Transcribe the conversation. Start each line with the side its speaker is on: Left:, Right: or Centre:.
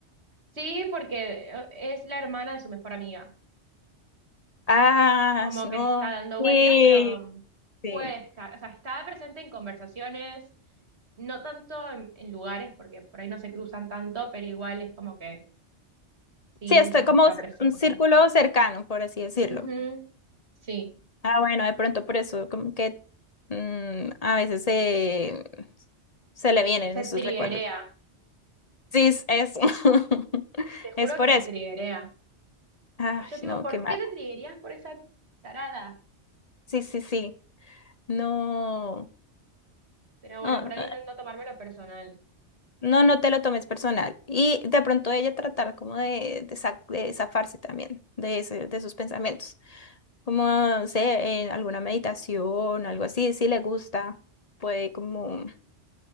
Right: Sí, porque eh, es la hermana de su mejor amiga.
Left: ah,
Right: como
Left: no,
Right: que está dando
Left: sí,
Right: vueltas, pero mm,
Left: sí.
Right: puede estar, o sea, está presente en conversaciones, no tanto en, en lugares, porque por ahí no se cruzan tanto, pero igual es como que sí,
Left: Sí, está
Right: un poco
Left: como
Right: está presente.
Left: un círculo cercano, por así decirlo.
Right: Ujú, Sí,
Left: Ah, bueno, de pronto por eso, como que mm, a veces se, se le vienen
Right: se
Left: esos
Right: triguea,
Left: recuerdos. Sí, es eso. <laughs>
Right: <laughs> te juro
Left: Es por
Right: que se
Left: eso.
Right: triguea.
Left: Ay,
Right: Y yo tipo,
Left: no,
Right: ¿por
Left: qué mal.
Right: qué te triguerías por esa tarada?
Left: Sí, sí, sí. No,
Right: Pero bueno,
Left: no,
Right: por ahí es no, no tomármelo personal.
Left: no, no te lo tomes personal. Y de pronto ella tratar como de, de, sa- de zafarse también de, ese- de sus pensamientos. Como, no sé, en alguna meditación, algo así, si le gusta, puede como...